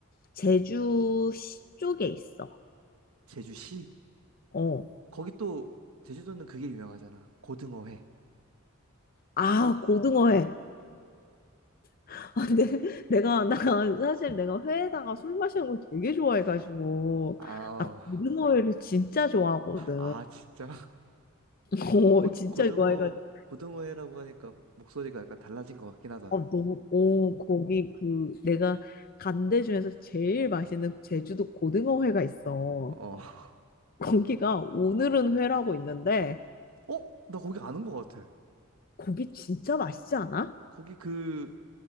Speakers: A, on the left; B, on the right.
A: 제주시 쪽에 있어.
B: 제주시?
A: 어.
B: 거기 또, 제주도는 그게 유명하잖아. 고등어회.
A: 아, 고등어회. 아, 근데 <laughs> 내가 나 사실 내가 회에다가 술 마시는 걸 되게 좋아해가지고
B: 아,
A: 나
B: 어.
A: 고등어회를 진짜 좋아하거든.
B: 아, 진짜?
A: 어,
B: 고, 고-
A: 진짜
B: 고등어
A: 좋아해가지고.
B: 고등어회라고 하니까 목소리가 약간 달라진 것 같긴 하다.
A: 어, 너무, 어, 거기 그, 내가 간데 중에서 제일 맛있는 제주도 고등어 회가 있어.
B: 어, <laughs>
A: 거기가 오늘은 회라고 있는데,
B: 어, 나 거기 아는 것 같아.
A: 거기 진짜 맛있지 않아?
B: 거기 그